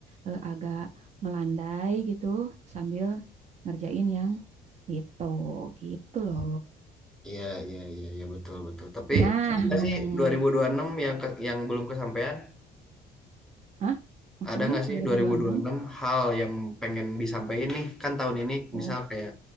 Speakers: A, on the right; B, in the centre.
A: eh, agak melandai gitu sambil ngerjain yang itu gitu loh.
B: Iya, iya, iya, iya betul, betul. Tapi
A: Nah,
B: ada nggak
A: ngomong,
B: sih 2026 yang ke- yang belum kesampaian?
A: ah, maksudnya
B: Ada nggak sih
A: 2026?
B: 2026 hal yang pengen disampaikan nih? Kan tahun ini
A: Oh,
B: misal kayak,